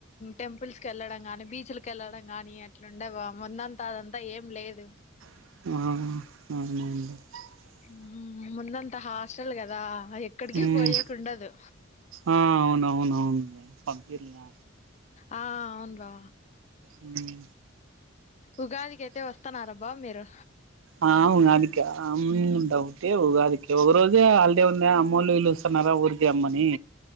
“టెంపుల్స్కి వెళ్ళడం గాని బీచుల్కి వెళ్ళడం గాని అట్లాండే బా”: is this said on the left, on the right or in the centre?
Left